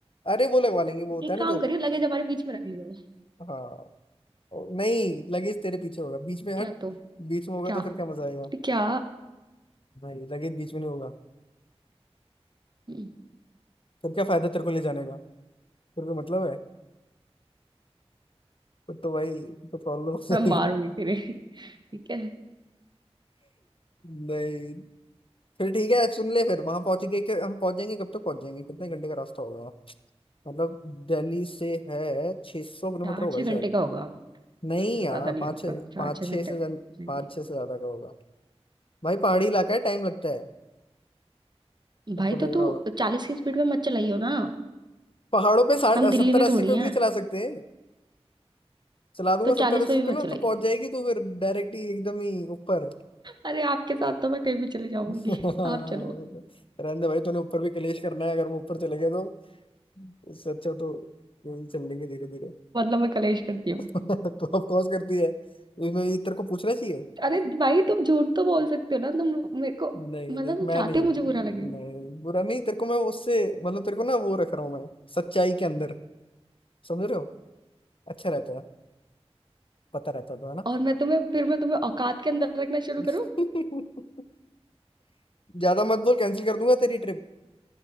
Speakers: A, on the left; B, on the right.
A: अरे वो लगवा लेंगे वो होता
B: एक
A: है
B: काम
A: ना जो
B: करियो लगेज हमारे बीच में रख लियो
A: हाँ ओ, नहीं लगेज तेरे पीछे होगा बीच में
B: क्या
A: हट
B: तो
A: बीच में होगा
B: क्या
A: तो फिर क्या मजा आएगा
B: तो क्या
A: नहीं लगेज बीच में नहीं होगा
B: हम्म,
A: फिर क्या फायदा तेरे को ले जाने का फिर कोई मतलब है फिर तो भाई तो प्रॉब्लम हो जाएगी
B: मैं मारूंगी
A: ना
B: तेरे ठीक है
A: <laughs> नहीं फिर ठीक है सुन ले फिर वहां पहुंच गए कि हम पहुंच जाएंगे कब तक पहुंच जाएंगे कितने घंटे का रास्ता होगा मतलब दिल्ली से है 600 सौ किलोमीटर
B: चार
A: होगा
B: छह
A: शायद
B: घंटे का होगा
A: नहीं
B: बस से
A: यार
B: ज्यादा नहीं
A: पाँच
B: होगा
A: छः
B: चार
A: पाँच
B: छह
A: छः
B: घंटे
A: से
B: हो
A: जन
B: जाएंगे।
A: पाँच छः से ज्यादा का होगा भाई पहाड़ी इलाका है टाइम लगता है सबको
B: भाई तो
A: लग
B: तू
A: रहा होगा
B: चालीस की स्पीड में मत चलाइयो ना
A: पहाड़ों पे साठ
B: हम दिल्ली
A: सत्तर
B: में
A: अस्सी
B: थोड़ी
A: पे
B: हैं
A: भी नहीं चला सकते हैं चला दूंगा
B: तो
A: सत्तर
B: चालीस
A: अस्सी
B: पे
A: पे
B: भी मत
A: ना
B: चलाइए
A: तो पहुंच जाएगी तो फिर डायरेक्ट ही एकदम ही ऊपर
B: अरे आपके साथ तो मैं कहीं भी चली जाऊंगी
A: <laughs>
B: आप चलो
A: रहने दे भाई तूने ऊपर भी कलेश करना है अगर हम ऊपर चले गए तो इससे अच्छा तो यूं ही चल लेंगे धीरे धीरे
B: मतलब मैं कलेश करती हूँ
A: <laughs> तो ऑफ कोर्स करती है इसमें ये तेरे को पूछना चाहिए
B: अरे भाई तुम झूठ तो बोल सकते हो ना तुम मेरे को
A: नहीं
B: मतलब
A: देख
B: तुम
A: मैं
B: चाहते
A: नहीं
B: हो मुझे बुरा लगे
A: नहीं बुरा नहीं तेरे को मैं उससे मतलब तेरे को ना वो रख रहा हूँ मैं सच्चाई के अंदर समझ रहे हो अच्छा रहता है पता रहता है तो है ना
B: और मैं तुम्हें फिर मैं तुम्हें औकात के अंदर रखना शुरू करूँ
A: <laughs> ज्यादा मत बोल कैंसिल कर दूंगा तेरी ट्रिप